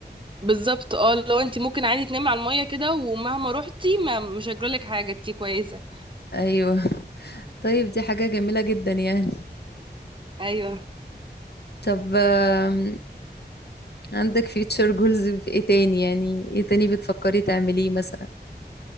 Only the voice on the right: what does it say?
بالظبط اه لو انت ممكن عادي تنامي على المية كده ومهما روحتي ما مش هيجرالك حاجة انتي كويسة
ايوه